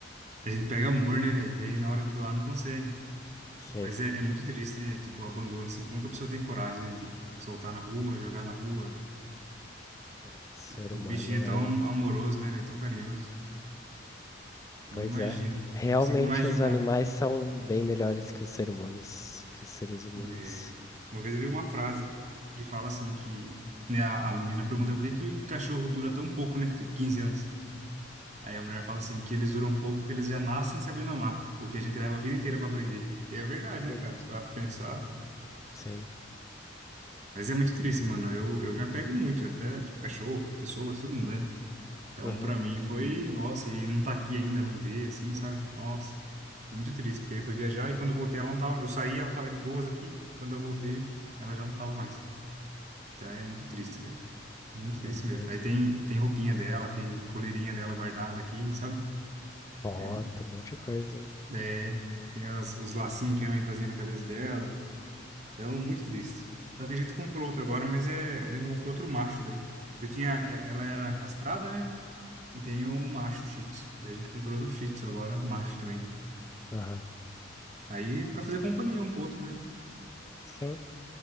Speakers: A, on the right; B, on the left.
A: A gente pega amor, né, velho? Daí na hora de doar não consegue.
B: Sim,
A: Mas é, é muito triste, né? Tipo, o abandono, assim. Como que a pessoa tem coragem, né, de soltar na rua, jogar na rua?
B: o ser
A: O
B: humano
A: bichinho é tão
B: é.
A: amoroso, né, velho? Tão carinhoso. Não
B: Pois
A: imagino.
B: é. Realmente
A: Não consigo imaginar.
B: os animais são bem melhores que os seres humanos, que os seres humanos.
A: É, Uma vez eu vi uma frase que fala assim que, né, a, a menina pergunta por que que cachorro dura tão pouco, né? Tipo 15 anos. Aí a mulher fala assim que eles duram pouco porque eles já nascem sabendo amar, o que a gente leva a vida inteira pra aprender. E é verdade, né,
B: Hum,
A: cara? Se parar pra pensar.
B: sim.
A: Mas é muito triste, mano. Eu, eu me apego muito até, tipo, cachorro, pessoas, todo mundo, né? Então,
B: Uhum.
A: pra mim foi, nossa, e não tá aqui ainda, não vê, assim, sabe? Nossa. Foi muito triste, porque aí foi viajar e quando eu voltei ela não tava. Eu saí, ela tava de boas aqui. Quando eu voltei, ela já não tava mais. Então é muito triste, velho. Muito
B: É
A: triste
B: mesmo.
A: mesmo. Aí tem, tem roupinha dela, tem coleirinha dela guardada aqui, sabe?
B: Foto,
A: É,
B: um monte de coisa. né?
A: é, tem as- os lacinhos que a mãe fazia na cabeça dela. Então, muito triste. Só que a gente comprou outro agora, mas é, a gente comprou outro macho daí. Eu tinha, é- ela era castrada, né? E tem o macho Shih Tzu. Daí a gente comprou outro Shih Tzu agora, macho também.
B: Aham.
A: Aí pra fazer companhia um pro outro, né?
B: Sim.